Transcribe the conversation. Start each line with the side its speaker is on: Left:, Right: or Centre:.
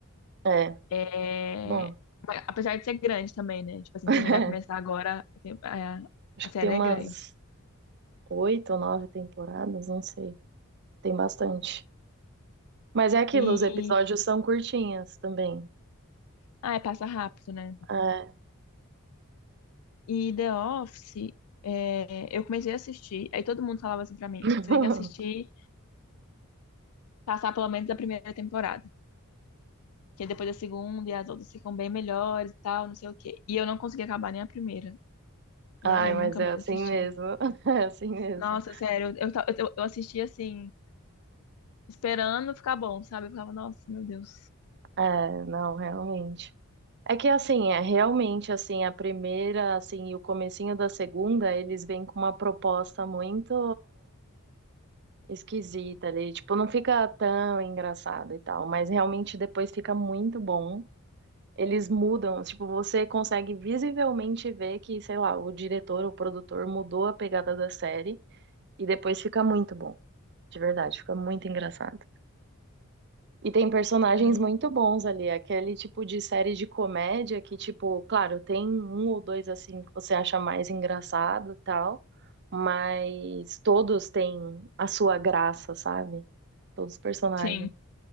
Right: É,
Left: É...
Right: muito bom.
Left: mas Apesar de ser grande também, né? Tipo assim,
Right: <laughs>
Left: pra quem vai começar agora, assim, é,
Right: Acho
Left: a série
Right: que tem umas
Left: é grande.
Right: oito ou nove temporadas, não sei. Tem bastante. Mas é aquilo,
Left: E.
Right: os episódios são curtinhos também.
Left: Ah, é, passa rápido, né?
Right: É.
Left: E The Office, é, eu comecei a assistir, aí todo mundo falava assim pra mim:
Right: <laughs>
Left: você tem que assistir, passar pelo menos a primeira temporada, que depois da segunda e as outras ficam bem melhores e tal, não sei o quê. E eu não consegui acabar nem a primeira. E
Right: Ai,
Left: aí eu
Right: mas
Left: nunca
Right: é
Left: mais
Right: assim
Left: assisti.
Right: mesmo. <laughs> É assim mesmo.
Left: Nossa, sério, eu, eu, eu assisti assim, esperando ficar bom, sabe? Eu ficava, nossa, meu Deus.
Right: É, não, realmente. É que assim, é realmente assim, a primeira, assim, e o comecinho da segunda, eles vêm com uma proposta muito esquisita ali, tipo, não fica tão engraçado e tal, mas realmente depois fica muito bom. Eles mudam, tipo, você consegue visivelmente ver que, sei lá, o diretor, o produtor mudou a pegada da série e depois fica muito bom. De verdade, fica muito engraçado. E tem personagens
Left: É,
Right: muito bons ali, aquele tipo de série de comédia que, tipo, claro, tem um ou dois assim que você acha mais engraçado e tal, mas todos têm a sua graça, sabe? Todos os personagens.
Left: sim.